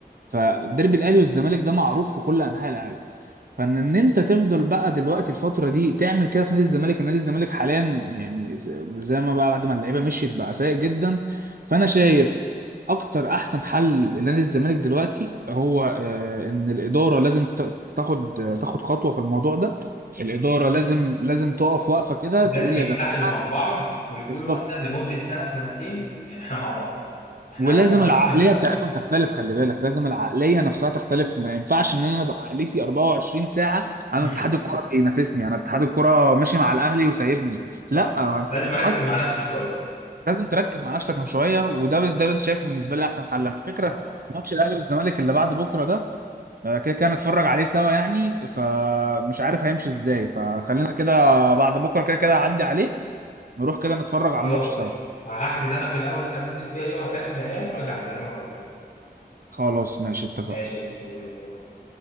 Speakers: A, on the right; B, on the left.
A: فالديربي الاهلي والزمالك ده معروف في كل انحاء العالم فان ان انت تفضل بقى دلوقتي الفتره دي تعمل كده في نادي الزمالك النادي الزمالك حاليا يعني زي ما بقى بعد ما اللعيبه مشيت بقى سيء جدا فانا شايف اكتر احسن حل لنادي الزمالك دلوقتي هو آه، ان الاداره لازم ت- تاخد تاخد خطوه في الموضوع ده الاداره لازم لازم تقف واقفه كده
B: لازم
A: تقول
B: يتحدوا
A: يا جماعه
B: مع بعض ويقولوا
A: بالظبط
B: مثلا لمدة سنة سنتين احنا مع بعض احنا
A: ولازم
B: مع بعض
A: العقليه
B: يا جماعة هنستحمل
A: بتاعتهم تختلف خلي بالك لازم العقليه نفسها تختلف ما ينفعش ان انا ابقى عقليتي 24 ساعه انا
B: امم
A: اتحاد الكوره بينافسني انا اتحاد الكوره ماشي مع الاهلي وسايبني
B: صح
A: لا
B: لازم
A: انت
B: اركز
A: حاسس
B: مع نفسي شوية
A: لازم تركز مع نفسك من شويه وده ده اللي شايفه بالنسبه لي احسن حل على فكره
B: صح
A: ماتش الاهلي والزمالك اللي بعد بكره ده آه، كده كده نتفرج عليه سوا يعني فمش عارف هيمشي ازاي فخلينا كده بعد بكره كده كده هعدي عليك نروح كده نتفرج على
B: خلاص
A: الماتش سوا
B: قشطة هحجز انا في الاول اللي احنا بننزل فيها دي وهكلم العيال وارجع اكلمك على طول
A: خلاص ماشي اتفقنا
B: ماشي يا كبير يلا باي